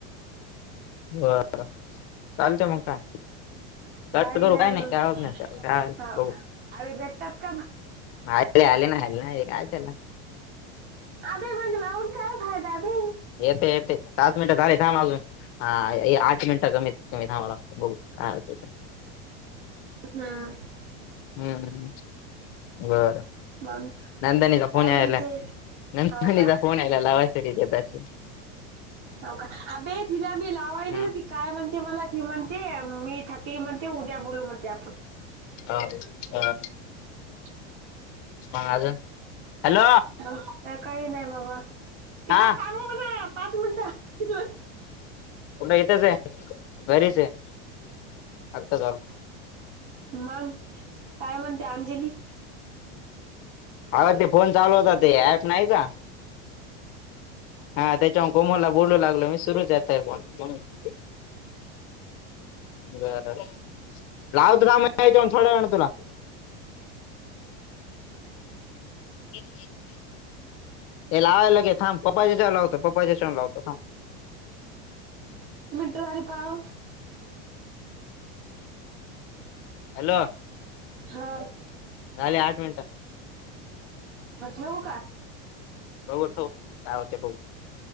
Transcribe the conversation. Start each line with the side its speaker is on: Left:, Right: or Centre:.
Left: बर चालतं मग काय. कट
Right: काही
Left: करू काय
Right: मग
Left: नाही, काय होत नाही त्याला काय
Right: हा
Left: बघु.
Right: आवे भेटतात का मग?
Left: आले आले, नाही आले नाही आले काय त्याला.
Right: अबे मंग लाऊन काय फायदा? बे
Left: येते येते सात मिनिटं झाले थांब अजून हा आठ मिनिटं कमीत कमी थांबावं लागतं बघू काय होते
Right: हुं.
Left: हुं. हुं. बरं.
Right: मग
Left: नंदनीचा
Right: काय
Left: फोन यायलाय,
Right: म्हणते
Left: नंदनीचा
Right: हाव का
Left: फोन यायला होय. कडिलाबादचं <unintelligible>
Right: हाव का अभे तिला मी लावायले
Left: हम्म
Right: ना, ती काय म्हणते मला ती म्हणते? मी थकली म्हनते, उद्या बोलू म्हणते आप
Left: आ आ.
Right: <inaudible>
Left: मा अजून हॅलो
Right: मग काय नाही बाबा. तिला
Left: हा
Right: थांबु म्हणावं. पाच मिनट <unintelligible>
Left: कुठे इथेच हाय, घरीच हाय, आताच आलो.
Right: मग काय म्हणते अंजली?
Left: आगं ते फोन चालू होता ते ॲप नाही का? हा त्याच्यावून कोमला बोलू लागलो मी सुरूच हाय आता बी फोन म्हणुन. बर लावतो मामा हेच्या उन थोड्या वेळानं तुला. <inaudible>
Right: <inaudible>
Left: ये ये चल. ऐ लावयला घे थांब पप्पा हेच्या लावतो प पहिलं च्या ऊन लावतो थांब?
Right: तुम्हाली पाव?
Left: हॅलो
Right: हां.
Left: झाले आठ मिनट.
Right: मग ठेवु का?
Left: बघू ठेव काय होतंय बघू.